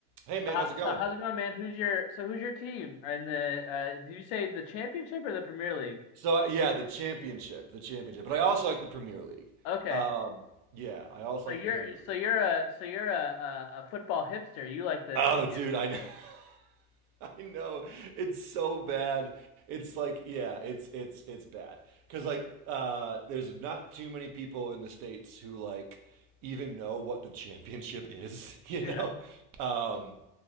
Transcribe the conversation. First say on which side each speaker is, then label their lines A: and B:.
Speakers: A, on the right (about 50°); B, on the left (about 65°).
A: Hey
B: So,
A: man,
B: how-
A: how's it going?
B: so how's it going, man? Who's your so who's your team? And the uh, did you say the championship or the Premier League?
A: So uh, yeah, the championship, the championship, but I also like the Premier League.
B: Okay,
A: Um, yeah, I also
B: so
A: like
B: you're
A: the Premier League.
B: so you're a so you're a a, a football hipster. You like the
A: Oh,
B: the
A: dude,
B: championship.
A: I know, <laughs> I know, it's so bad. It's like yeah, it's it's it's bad because like uh, there's not too many people in the States who like even know what the championship is, <laughs> you
B: Yeah.
A: know? Um,